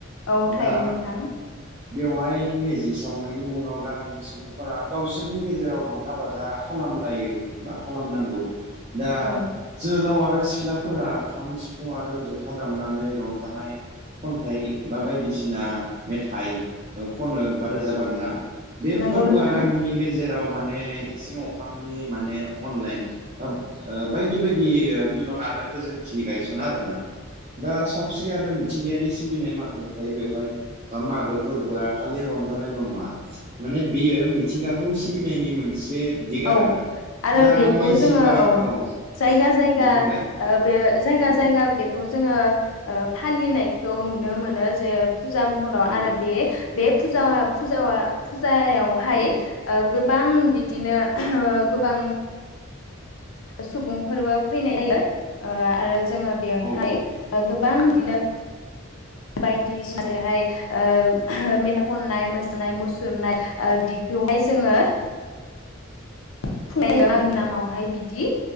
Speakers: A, on the left; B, on the right.
A: औ
B: दा
A: थायो नोंथां।
B: बेवहाय मेजि सावनायनि उनाव गामिनि सुबुंफोरा गावसोरनि गेजेराव रंजा बाजा खालामलायो बा खालामनांगौ दा
A: औ
B: जोहोलावा फ्रा सिख्ला फोरा खाम सिफुं आरो जथा दामनानै रं नाय खन्थाइ बा बायदिसिना मेथाइ। खनो बा रोजाबो आरोना बे
A: नंगौ
B: फोरबोआ
A: नोंथां
B: गामिनि गेजेराव माने इसिं अखांनि माने अनलाइन बा ओ बायदि बायदि ओ मिलन आरो गोजोनथि गायसना आरोना दा सावस्रि आरो मिथिंगायारि सिबिनाय माखासे थायो बेवहाय बा मागो फोरबोआ खालि रंजानायल नङा माने बेयो मिथिंगाखौ सिबिनायनि मोन से दिगारोना
A: औ आरो
B: दा
A: बेखौ
B: मेजिबा
A: जोङो औ
B: औ
A: जायगा जायगा
B: दे बुंलाय
A: ओ बे जायगा
B: औ
A: जायगा बेखौ जोङो फालिनायखौ नुनो मोनो जे फुजा महराव
B: औ
A: आरो बे बे फुजा फुजा फुजायावहाय
B: औ
A: ओ गोबां बिदिनो गोबां सुबुंफोरबो फैनाय जायो ओ आरो जोङो बेवहाय
B: औ
A: गो गोबां दिनो बायदि <unintelligible> हाय ओ मेथाइ खननाय मोसानाय मुसुरनाय ओ बिखौहाय जोङो <unintelligible>
B: औ
A: नामावहाय बिदि